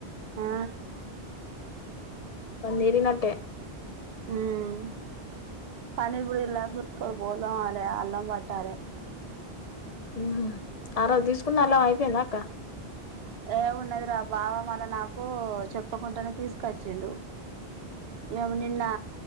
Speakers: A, on the right; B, on the left.
A: ఆ
B: పని దీరినట్టే
A: ఉమ్ పని పోయల్లు కు బోలుదోమాలే అల్లం బట్టాలే
B: ఉహు ఆ రోజ్ తీస్కున్న అల్లం ఐపోందాక్క
A: ఏ ఉన్నద్రా బావ మొన్న నాకు చెప్పకుంటనే తీస్కచ్చిండు ఎవ్ నిన్నా